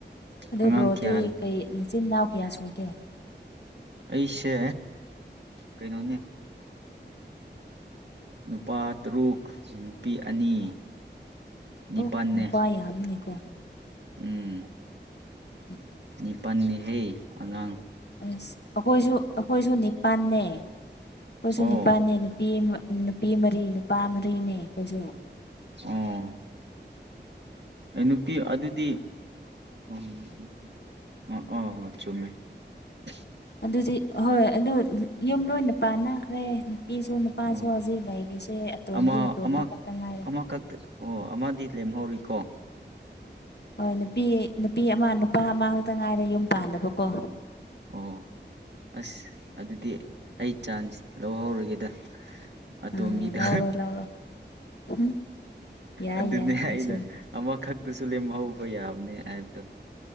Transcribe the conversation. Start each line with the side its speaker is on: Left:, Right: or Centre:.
Left: ꯑꯗꯨ
Right: ꯑꯉꯥꯡ
Left: ꯕ꯭ꯔꯣꯗꯤ
Right: ꯀꯌꯥ
Left: ꯀꯩ ꯃꯆꯤꯟ ꯏꯅꯥꯎ ꯀꯌꯥ ꯁꯨꯒꯦ
Right: ꯑꯩꯁꯦ ꯀꯩꯅꯣꯅꯦ ꯅꯨꯄꯥ ꯇꯔꯨꯛ ꯅꯨꯄꯤ ꯑꯅꯤ ꯅꯤꯄꯥꯜꯅꯦ
Left: ꯑꯣ ꯅꯨꯄꯥ ꯌꯥꯕꯅꯦꯀꯣ
Right: ꯎꯝ
Left: ꯎꯝ <inaudible>
Right: ꯅꯤꯄꯜꯅꯤꯍꯦ ꯑꯉꯥꯡ
Left: ꯑꯁ ꯑꯩꯈꯣꯏꯁꯨ ꯑꯩꯈꯣꯏꯁꯨ ꯅꯤꯄꯥꯜꯅꯦ ꯑꯩꯈꯣꯏꯁꯨ
Right: ꯑꯣ
Left: ꯅꯤꯄꯥꯜꯅꯦ ꯅꯨꯄꯤ ꯅꯨꯄꯤ ꯃꯔꯤ ꯅꯨꯄꯥ ꯃꯔꯤꯅꯦ ꯑꯈꯣꯢꯁꯨ
Right: ꯑꯣ ꯑꯩ ꯅꯨꯄꯤ ꯑꯗꯨꯗꯤ <unintelligible>
Left: ꯑꯗꯨꯗꯤ ꯍꯣꯏ ꯑꯗꯨ ꯌꯨꯝ ꯂꯣꯏꯅ ꯄꯥꯟꯅꯈ꯭ꯔꯦ ꯅꯨꯄꯤꯁꯨ ꯅꯨꯄꯥꯁꯨ
Right: ꯑꯣ
Left: ꯍꯧꯖꯤꯛ ꯂꯩꯔꯤꯁꯦ ꯑꯇꯣꯝꯕꯤ
Right: ꯑꯃ
Left: ꯑꯇꯣꯝꯕ
Right: ꯑꯃ
Left: ꯈꯛꯇ ꯉꯥꯏꯔꯦ
Right: ꯑꯃꯈꯛꯇ ꯑꯣ ꯑꯃꯗꯤ ꯂꯦꯝꯍꯧꯔꯤꯀꯣ
Left: ꯍꯣꯏ ꯅꯨꯄꯤ ꯅꯨꯄꯤ ꯑꯃ ꯅꯨꯄꯥ ꯑꯃ ꯈꯛꯇ ꯉꯥꯏꯔꯦ ꯌꯨꯝ ꯄꯥꯟꯗꯕꯀꯣ
Right: ꯑꯣ ꯑꯁ ꯑꯗꯨꯗꯤ ꯑꯩ ꯆꯥꯟꯁ ꯂꯧꯍꯧꯔꯒꯦꯗ ꯑꯇꯣꯝꯕꯤꯗ
Left: ꯎꯝ ꯂꯧꯔꯣ ꯂꯧꯔꯣ ꯎꯝ ꯌꯥꯏ
Right: ꯑꯗꯨꯅꯦ
Left: ꯌꯥꯏ ꯑꯗꯨꯁꯨ
Right: ꯑꯩꯅ ꯑꯃꯈꯛ ꯑꯗꯨꯁꯨ ꯂꯦꯝꯍꯧꯕ ꯌꯥꯕꯅꯦ ꯍꯥꯏꯕꯗꯣ